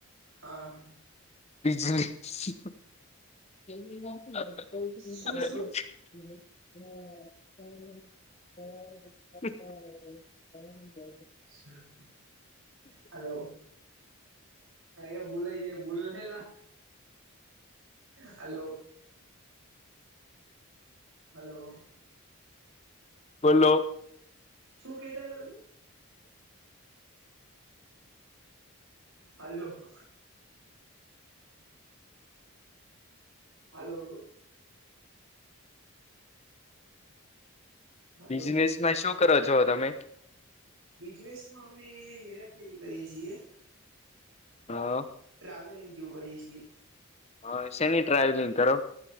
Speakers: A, on the right; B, on the left.
A: હા.
B: બજલી. હમ
A: શું શું
B: હ. <inaudible> <unintelligible>
A: સર. હલોો અ બોલા જ બોલલા. હલો. હલો.
B: બોલો.
A: શું કેતા હતા તમે. હાલો. હાલું. હલો
B: બિઝનેસ માં શું કરો છો તમે.
A: બિજરેસમાં અમે હેરાફેરી કરીએ છીએ.
B: હા.
A: ટ્રાવેલિંગ જેવું કરીએ છીએ.
B: હ સેની ટ્રાવેલિંગ કરો.